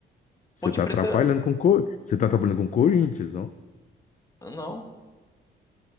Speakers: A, on the left (about 40°); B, on the left (about 15°).
A: você
B: Ponte
A: tá
B: Preta.
A: atrapalhando com Co- você tá trabalhando com Corinthians, não?
B: Não.